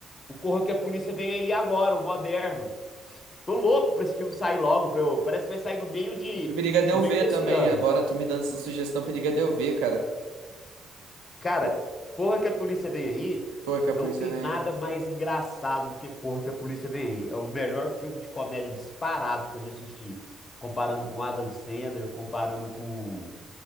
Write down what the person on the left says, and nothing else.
o Corra que a Polícia Vem Aí Agora, o moderno. Tô louco pra esse filme sair logo, pra eu... Parece que vai sair no meio de...
no
meio
desse
ano.
Cara,
Corra que a Polícia Vem Aí
não
tem
nada mais engraçado do que Corra que a Polícia Vem Aí. É o melhor filme de comédia disparado que eu já assisti. Comparando com Adam Sandler, comparando com,